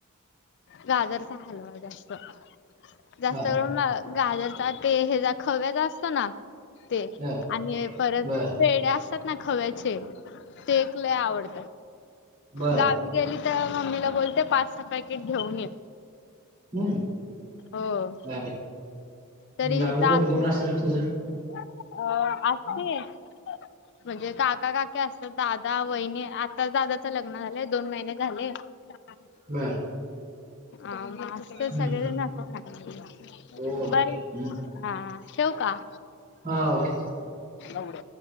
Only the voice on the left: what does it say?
गाजरचा हलवा जास्त जास्त
करून गाजरचा ते हेजा खव्याचा असतो ना. ते
आणि परत
पेढ्या असतात ना खव्याचे ते एक लई आवड
गावी गेली तर मम्मीला बोलते पाच सहा पॅकेट घेऊन ये.
हो
तरी
हितं
असेल
अ असते. म्हणजे काका काकी असतात दादा वहिणी आता दादाचं लग्न झालंय दोन महिने झाले. <unintelligible>
आम् आजतर
सगळेना <unintelligible>
बर हा ठेवू का?
नवड्या